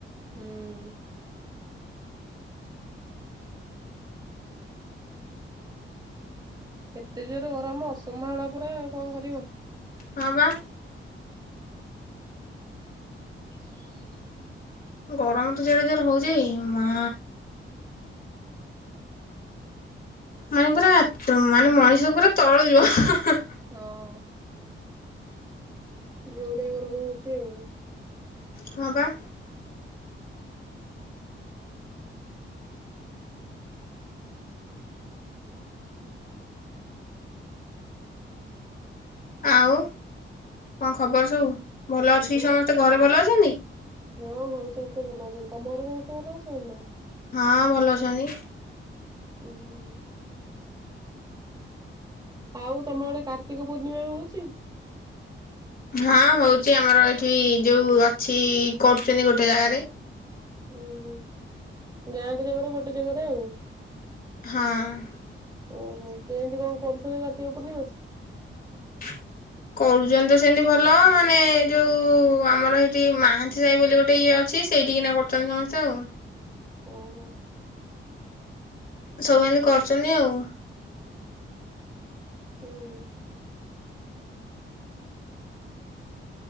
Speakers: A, on the right; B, on the left.
A: ହୁଁ। ଏତେ ଜୋରେ ଗରମ ଅସମ୍ଭାଳ ପୁରା କଣ କରିବ।
B: ହଁ ବା।
A: <inaudible>
B: ଗରମ ତ ଜଡେ ଜୋରେ ହଉଚି ମା। ମାନେ ପୁରା ମାନେ ମଣିଷ ପୁରା ତରଳି ଯିବ ହାଁ ହାଁ ହାଁ।
A: ହଁ ଜୋରେ ଗରମ ହୋଉଚି ଆଉ।
B: ହଁ ପା। ଆଉ କଣ ଖବର ସବୁ ଭଲ
A: ହଁ
B: ଅଛି ସମସ୍ତେ ଘରେ ଭଲ ଅଛନ୍ତି?
A: ହଁ ଘରେ ସମସ୍ତେ ଭଲ ଅଛନ୍ତି। ତମ ଘରେ ସମସ୍ତେ ଭଲ ଅଛନ୍ତି ନା?
B: ହଁ ଭଲ ଅଛନ୍ତି।
A: ଉୁଁ ହୁଁ ଆଉ ତମ ଆଡ଼େ କାର୍ତ୍ତିକ ପୂର୍ଣ୍ଣିମା ହୋଉଚି?
B: ହାଁ ହୋଉଛି ଆମର ଏଠି ଯୋଉ ଅଛି କରୁଛନ୍ତି ଗୋଟେ ଜାଗାରେ।
A: ଉଁହୁଁ ଗାଁଟା ଯାକର ଗୋଟେ ଜାଗାରେ ଆଉ।
B: ହଁ।
A: ଓହୋ କେମିତି କଣ କରୁଛନ୍ତି କାର୍ତ୍ତିକ ପୂର୍ଣ୍ଣିମା?
B: <unintelligible> କରୁଛନ୍ତି ତ ସେମିତି ଭଲ ମାନେ ଯୋଉ ଆମର ଏଠି ମହାନ୍ତି ସାହି ବୋଲି ଗୋଟେ ୟେ ଅଛି। ସେଇଟି କିନା କରୁଛନ୍ତି ସମସ୍ତେ ଆଉ।
A: ଓ ହୋ।
B: ସବୁ ଏମିତି କରୁଛନ୍ତି ଆଉ।
A: ହୁଁ ହୁଁ।